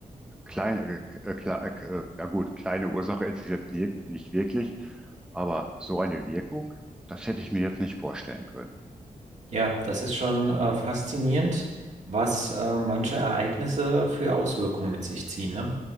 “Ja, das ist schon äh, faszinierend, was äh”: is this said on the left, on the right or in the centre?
Right